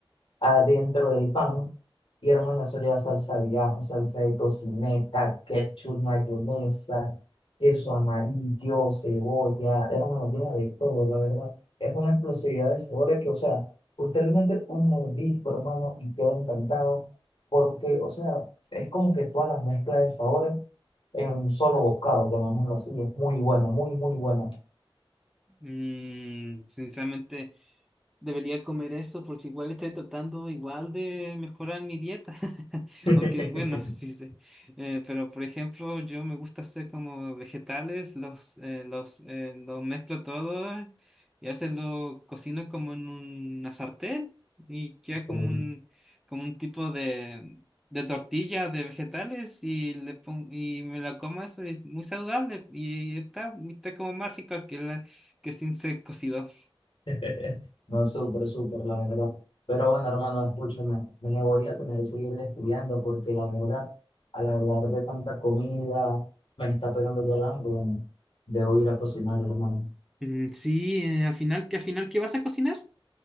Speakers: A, on the left; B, in the centre.
A: adentro del pan. Y hermano, eso lleva salsa de ajo, salsa de tocineta, ketchup, mayonesa, queso amarillo, cebolla. Hermano, lleva de todo, la verdad. Es una explosividad de sabores que, o sea, usted le mete un mordisco, hermano, y queda encantado. Porque, o sea, es como que todas las mezclas de sabores en un solo bocado, llamémoslo así. Es muy bueno, muy, muy bueno.
B: Mm, sinceramente. Debería comer eso porque igual estoy tratando igual de mejorar mi dieta. <laughs>
A: <laughs>
B: Aunque bueno, sí sé. Eh, pero por ejemplo, yo me gusta hacer como vegetales, los, eh, los, eh, los mezclo todo y a veces lo cocino como en una sartén y queda como
A: <laughs>
B: un, como un tipo de, de tortilla de vegetales y, le pon- y me la como eso y es muy saludable y está, está como más rico que, la, que sin ser cocido.
A: <laughs> No, súper, súper, la verdad. Pero bueno, hermano, escúchame, me voy a tener que ir despidiendo porque la verdad, al hablar de tanta comida, me está pegando ya el hambre. Bueno, debo ir a cocinar, hermano.
B: Mm, Sí, eh, al final, ¿qué al final qué vas a cocinar?